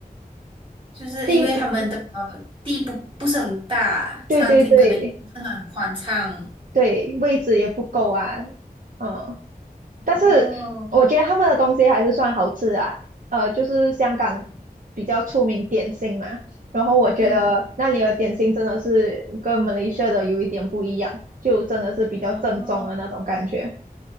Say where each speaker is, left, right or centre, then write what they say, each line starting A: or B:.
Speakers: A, on the right; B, on the right.
A: 就是因为他们的
B: 地
A: 地不不是很大，
B: 对对对
A: 餐厅可能也不是很宽敞。
B: 对，位置也不够啊，嗯、但是我觉得他们的东西还是算好吃啊，
A: 哦，
B: 呃，就是香港比较出名点心嘛，然后我觉得那里的点心真的是跟马来西亚的有一点不一样，
A: 嗯，
B: 就真的是比较正宗的那种感觉。
A: 嗯哦，